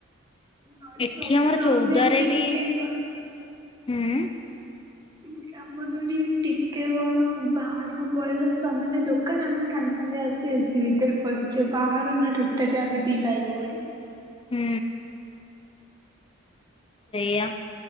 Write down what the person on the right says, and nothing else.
ନହେଲେ
ପ୍ରବଳ
ଆମେ ଟିକେ
କଣ
ଉଁ ଅ ମୁଁ ମନେ ଟିକେ କଣ ବାହାରକୁ ପଳେଇଲେ ସେମାନେ ଦୋକାନ ଆମେ ସାଙ୍ଗେ ସାଙ୍ଗେ ଆସି ଏସି ଭିତରେ ଖସିଛ ବାହାରୁନ ଆମେ ଟୋଟାଲି ଆମେ ଦି ଭାଇ ଭୋଉଣୀ।